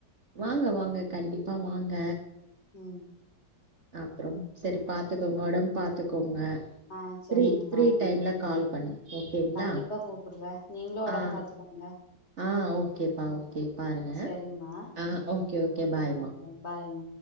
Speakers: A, on the right (about 45°); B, on the left (about 35°).
A: வாங்க வாங்க கண்டிப்பா வாங்க
B: உம்
A: அப்புறம் செரி பாத்துக்கோங்க உடம்பு பாத்துக்கோங்க
B: ஆ செரிங்கம்மா
A: பிரீ பிரீ டைம்ல கால் பண்ணுங்க ஓகேங்களா
B: கண்டிப்பா கூப்புடுறே நீங்களு ஒடம்பு
A: ஆ
B: பாத்துக்கோங்க
A: ஆ ஓகேப்பா ஓகே பாருங்க
B: சரிம்மா
A: ஆ ஓகே ஓகே பாய்மா
B: ஓகே பாய்மா